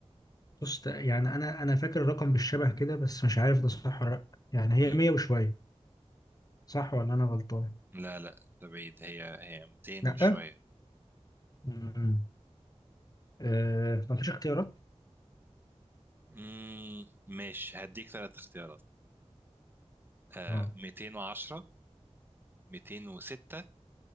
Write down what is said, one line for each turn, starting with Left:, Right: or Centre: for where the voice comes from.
Left: بص ت- يعني انا انا فاكر الرقم بالشبه كده بس مش عارف ده صح ولا لا يعني هي
Right: مم.
Left: 100 وشويه صح ولا انا غلطان
Right: لا لا ده بعيد هي هي 200
Left: لا
Right: وشوية
Left: امم آه ما فيش اختيارات
Right: امم ماشي هديك ثلاث اختيارات آه
Left: اه
Right: 210 206